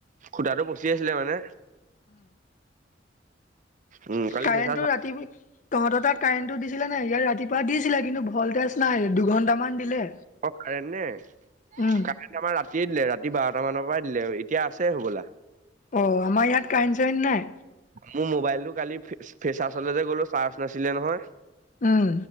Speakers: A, on the right (about 45°); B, on the left (about 45°).
A: তটো কুচি আছিলে মানে উম কালি
B: কাৰেণ্টটো
A: ফ্ৰেছাৰ্ছ
B: ৰাতি তহঁতৰ তাত কাৰেণ্টটো দিছিলে নাই ইয়াত ৰাতিপুৱা দিছিলে কিন্তু ভল্টেজ নাই দুঘণ্টামান দিলে
A: অ কাৰেণ্ট নে
B: উম
A: কাৰেণ্ট আমাৰ ৰাতিয়ে দিলে ৰাতি ৰাতি বাৰটা মানৰ পৰা দিলে এতিয়া আছে হ'বলা
B: অ আমাৰ ইয়াত কাৰেণ্ট চাৰেণ্ট নাই
A: মোৰ মোবাইলতটো কালি ফেচাৰলে যে গ'লো চাৰ্জ নাছিলে নহয়
B: উম,